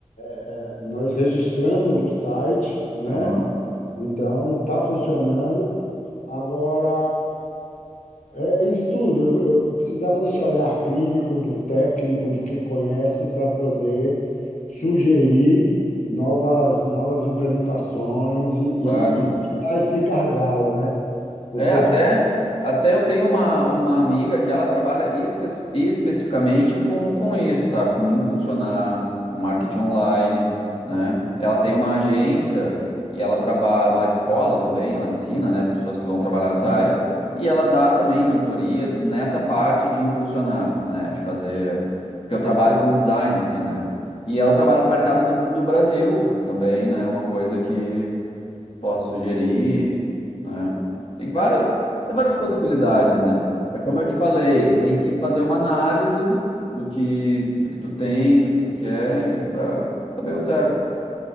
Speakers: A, on the left; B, on the left.
A: É, Nós registramos o site, né?
B: aham,
A: Então, está funcionando. Agora, é isso tudo. Eu, eu precisava desse olhar clínico do técnico, de quem conhece, para poder sugerir novas, novas implementações e,
B: claro.
A: e, e tirar esse gargalo, né? Porque
B: É, até,
A: eu estou.
B: até eu tenho uma, uma amiga que ela trabalha espe- especificamente com, com isso, sabe? Com impulsionar, com marketing online, né? Ela tem uma agência e ela trabalha, uma escola também, ela ensina, né, as pessoas que vão trabalhar nessa área, e ela dá também mentorias nessa parte de impulsionar, né? De fazer. Porque eu trabalho com o design em si, né? E ela trabalha para o mercado do, do Brasil também, né? Uma coisa que posso sugerir, né? Tem várias, tem várias possibilidades, né? É como eu te falei, tem que fazer uma análise do que do que tu tem, do que tu quer e para saber o certo.